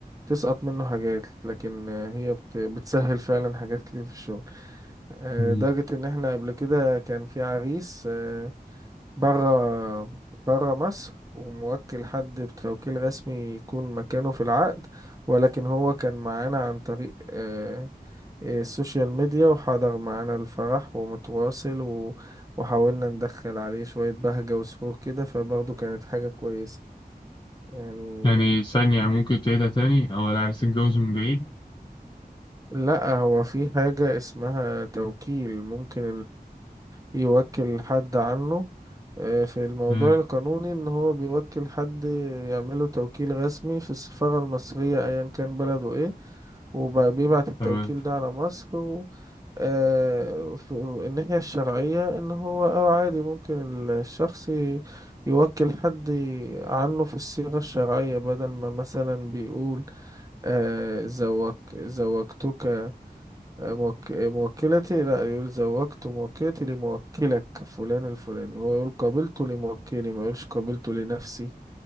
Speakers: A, on the right; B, on the left.
A: تسقط منه حاجات لكن آه، هي بت- بتسهل فعلا حاجات كتير في الشغل آه،
B: مم.
A: لدرجة إن إحنا قبل كده كان في عريس آه، بره بره مصر وموكل حد بتوكيل رسمي يكون مكانه في العقد ولكن هو كان معانا عن طريق آه، آه، السوشيال ميديا وحضر معانا الفرح ومتواصل و... وحاولنا ندخل عليه شوية بهجة وسرور كده فبرضه كانت حاجة كويسة يعني
B: يعني ثانية ممكن تعيدها تاني أو لا عايز تتجوز من بعيد
A: لا هو في حاجة اسمها توكيل ممكن يوكل حد عنه آه، في الموضوع
B: مم.
A: القانوني ان هو بيوكل حد يعمله توكيل رسمي في السفارة المصرية ايا كان بلده ايه وبيبعت التوكيل
B: تمام
A: ده على مصر و... آه، في الناحية الشرعية إن هو أو عادي ممكن الشخص ي- يوكل حد عنه في الصيغة الشرعية بدل ما مثلا بيقول آه، زوج زوجتك موك... موكلتي لا يقول زوجت موكلتي لموكلك فلان الفلاني هو يقول قابلت لموكلي ما يقولش قابلت لنفسي